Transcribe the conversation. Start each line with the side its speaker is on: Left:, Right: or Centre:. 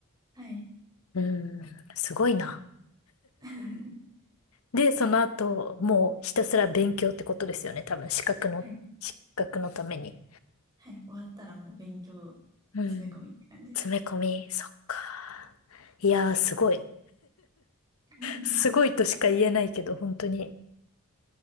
Right: はい。
Left: うん、すごいな。
Right: <laughs>
Left: で、その後、もうひたすら勉強ってことですよね。多分資格の、
Right: はい。
Left: 資格のために。
Right: はい。終わったらもう勉強詰め込みって感じです。
Left: うん。詰め込み、そっか。いやー、すごい。
Right: <laughs> う
Left: すごいとしか言えないけど、本当に。